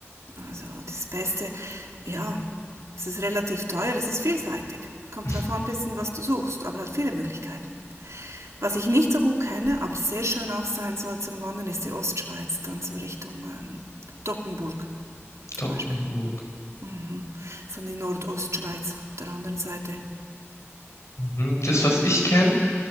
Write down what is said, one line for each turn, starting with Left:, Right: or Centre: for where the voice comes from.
Right: Also das Beste, ja, es ist relativ teuer, es ist vielseitig. Kommt
Left: <laughs>
Right: darauf an, ein bisschen, was du suchst, aber hat viele Möglichkeiten. Was ich nicht so gut kenne, aber sehr schön auch sein soll zum Wandern, ist die Ostschweiz, dann so Richtung ähm, Dockenburg zum
Left: Doggenburg.
Right: Beispiel. Mhm. Das ist dann die Nordostschweiz auf der anderen Seite.
Left: Mhm. Das, was ich kenne,